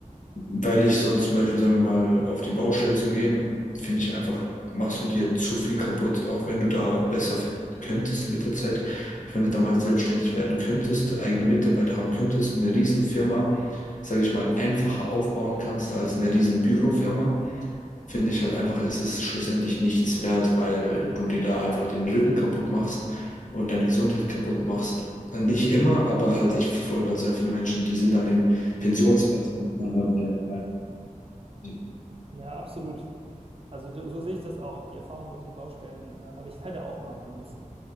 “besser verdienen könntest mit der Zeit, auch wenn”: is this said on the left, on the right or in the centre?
Left